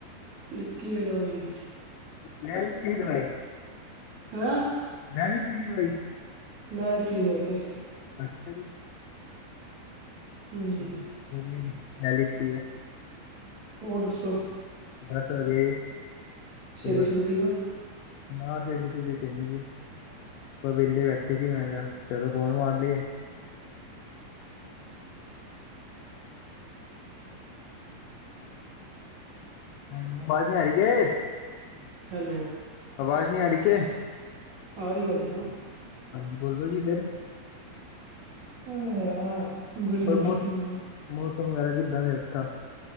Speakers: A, on the right; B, on the left.
A: ਲਿੱਤੀ ਐ ਦਵਾਈ।
B: ਲੈ ਲਿੱਤੀ ਦਵਾਈ।
A: ਹੈਂ।
B: ਲੈ ਲਿਤੀ ਸੀ ਦਵਾਈ।
A: ਲੈ ਲਿੱਤੀ ਦਵਾਈ ਤੇ
B: ਅੱਛਾ ਜੀ।
A: ਹਾਂਜੀ
B: ਚਲੋ ਵਧੀਆ ਜੀ, ਲੈ ਲਿੱਤੀ ਐ।
A: ਹੋਰ ਦੱਸੋ।
B: ਬਸ ਵਧੀਆ ਜੀ,
A: ਸਹੇਲੀ
B: ਹੋਰ
A: ਸਹੂਲੀ ਠੀਕ ਆ
B: ਨਾ ਸਹੇਲੀ -ਸੁਲੀ ਤੇ ਨੀਗੀ। ਬਸ ਵਿਹਲੇ ਬੈਠੇ ਸੀ, ਮੈਂ ਕਿਹਾ ਚਲੋ ਫੋਨ ਮਾਰ ਲਈਏ। ਹੈਲੋ, ਅਵਾਜ਼ ਨੀ ਆਰੀ ਕਿ?
A: ਹੈਲੋ।
B: ਆਵਾਜ਼ ਨਹੀਂ ਆ ਰਹੀ ਕਿ?
A: ਆ ਰੀ ਅਵਾਜ ਤਾਂ।
B: ਹਾਂਜੀ ਬੋਲੋ ਜੀ ਫੇਰ।
A: ਔ ਯਾਰ ਗਲੀ
B: ਹੋਰ
A: ਦ ਕੁੱਤੇ
B: ਮੌਸ
A: ਨੇ
B: ਮੌਸਮ ਵਗੈਰਾ ਕਿੱਦਾਂ ਦੇ ਉਥੇ।